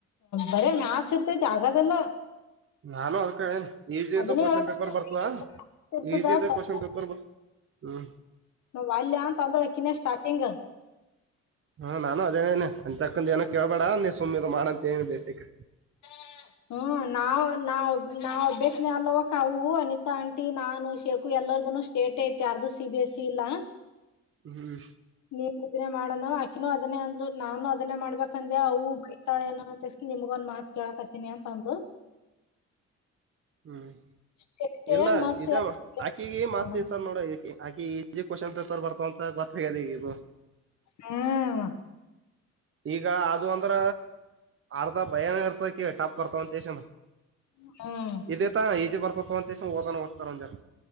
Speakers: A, on the left; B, on the right.
A: ಬರೆ ಮ್ಯಾಕ್ಸ್ ಇರ್ತೈತಿ ಆಗದೆಲ್ಲ.
B: ನಾನು ಅದ ಕನೆ. ಈಜಿ
A: ಅದನ್ನೇ
B: ಇದು ಕ್ವನ್
A: ಹೇಳಕ್
B: ಪೇಪರ್ ಬರ್ತವಾ
A: ಇರ್ತದ
B: ಈಜಿ ಇ
A: ಟಫ್
B: ಕ್ವಶನ್ ಪೇಪರ್ ಬ ಹ.
A: ವಲ್ಯ ಅಂತ ಅಂದಳ ಅಕಿನೇ ಸ್ಟಾರ್ಟಿಂಗ್.
B: ಹಾ ನಾನು ಅದೇನೇನೆ ಅನ್ ತಕಂದ ಏನ ಕೇಳ್ಬೇಡ ನೀ ಸುಮ್ಮ್ಿದ ಮಾಡಂತೇನಿ ಬೇಸಿಕ್.
A: <inaudible> ಹ್ಮ್ ನಾವ ನಾವ ನಾವ ಬಿಟ್ಟನಲ್ಲವಾ ಕಾವು ಅನಿತಾ ಆಂಟಿ ನಾನು ಶೇಖು ಎಲ್ಲಾರ್ದನು. ಸ್ಟೇಟ್ ಐತಿ ಯಾರ್ದು ಸಿ ಬಿ ಎಸಿ ಇಲ್ಲಾ.
B: ಹ್ಮ್.
A: <unintelligible> ಅದನ್ನೇ ಮಾಡನ್ನ ಆಕಿನು ಅದನ್ನೇ ಅಂದ್ಲು ನಾನು ಅದನ್ನೇ ಮಾಡ್ಬೇಕಂದೆ ಅವು <unintelligible> ಅಂತಾ ಸು. ನಿಮಗ ಒಂದ್ ಮಾತ್ ಕೇಳಾಕತ್ತೀನಿ ಅಂತ ಅಂದ್ಲು.
B: ಹ್ಮ್
A: ಸ್ಟೇಟೆ
B: ಇಲ್ಲಾ
A: ಮತ್ತೆ
B: ಇದ ಆಕಿಗಿ ಮತ
A: ನೋಡಣ
B: <unintelligible> ನೋಡ ಆಕಿಗಿ. ಇಜಿ ಕ್ವೆಶ್ಚನ್ ಪೇಪರ್ ಬರ್ತದಂತ ಗೊತ್ತ ಆಗೇದ ಈಗ ಇದು.
A: ಹ್ಮ.
B: ಈಗ ಅದು ಅಂದ್ರ ಅರ್ಧಾ ಭಯಾನ ಇರ್ತದ ಅರೆಗಿ ಟಪ್ ಇರ್ತವ. <unintelligible>
A: ಹ್ಮ.
B: ಇದೆ ತರ ಈಜಿ ಬರ್ತತ ಅಂತ ಸುಮ ಓದನ್ನು ಒತ್ತಾರ ಒನ್ ಜರಾ.